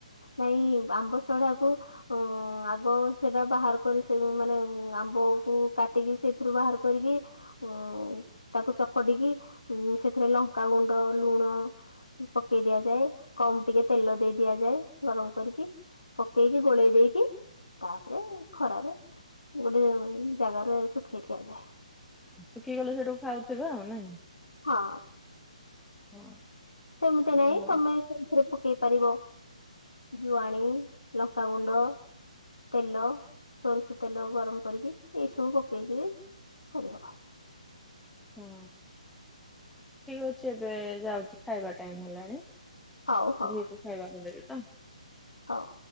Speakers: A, on the left (about 75°); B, in the centre.
A: ନାଇଁ ଆମ୍ବସଢାକୁ ହୁଁ ଆଗ ସେଟା ବାହାର କରି ସେ ମାନେ ଆମ୍ବ କୁ କାଟିକି ସେଥିରୁ ବାହାର କରିକି ହୁଁ ତାକୁ ଚକଡିକି ସେଥିରେ ଲଙ୍କାଗୁଣ୍ଡ, ଲୁଣ ପକେଇ ଦିଆଯାଏ କମ୍ ଟିକେ ତେଲ ଦେଇ ଦିଆଯାଏ ଗରମ କରିକି ପକେଇକି ଗୋଳେଇ ଦେଇକି ତାପରେ ଖରାରେ ଗୋଟେ ଜାଗାରେ ଶୁଖେଇ ଦିଆଯାଏ।
B: ଶୁଖିଗଲେ ସେଠୁ ଖାଉଥିବେ ଆଉ ନାଇଁ।
A: ହଁ।
B: ହଁ
A: ସେମିତି ନାଇଁ
B: ହବ
A: ତମେ ସେଥିରେ ପକେଇ ପାରିବ। ଜୁଆଣି, ଲଙ୍କାଗୁଣ୍ଡ ତେଲ ସୋରିଷ ତେଲ ଗରମ କରିକି ଏଇ ସବୁ ପକେଇକି କରିହବ।
B: ହଁ ଠିକ ଅଛି ଏବେ ଯାଉଛି ଖାଇବା ଟାଇମ ହେଲାଣି।
A: ହଉ ହଉ
B: ଝିଅକୁ ଖାଇବାକୁ ଦେବି ତ।
A: ହଉ।